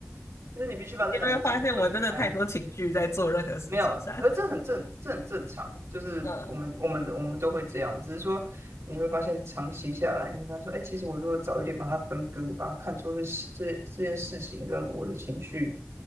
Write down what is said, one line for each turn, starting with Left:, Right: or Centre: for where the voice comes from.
Right: 就是你必须把这两件事分开，
Left: 你有没有发现我真的太多情绪在做任何事情上？
Right: 没有，可是这很正，这很正常，就是我们我们我们都会这样，
Left: 嗯。
Right: 只是说你会发现长期下来，你会发现说，哎，其实我如果早一点把它分割，把它看作是事这这件事情跟我的情绪